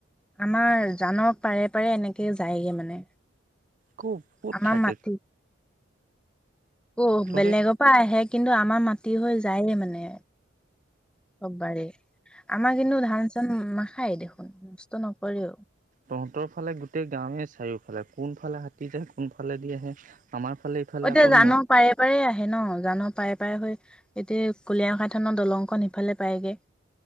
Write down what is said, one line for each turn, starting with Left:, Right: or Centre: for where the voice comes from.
Centre: আমাৰ জানক পাৰে পাৰে এনেকে যায়গে মানে।
Right: খুব ক'ত
Centre: আমাৰ
Right: থাকে?
Centre: মাটি অ
Right: তহঁতে
Centre: বেলেগ পা আহে। কিন্তু আমাৰ মাটি হৈ যায়ে মানে অকবাৰ আমাৰ কিন্তু ধান চান নাখায় দেখোন নষ্ট নকৰেও।
Right: তহঁতৰ ফালে গোটেই গাঁৱে চাৰিওফালে কোনফালে হাতী যায় কোন ফালেদি আহে? আমাৰ ফালে ইফালে
Centre: এতিয়া
Right: আকৌ
Centre: জানৰ
Right: নদ
Centre: পাৰে পাৰে আহে ন জানৰ পাৰে পাৰে হৈ এতিয়া কলিয়খা থানৰ দলংখন সিফালে পায়গে।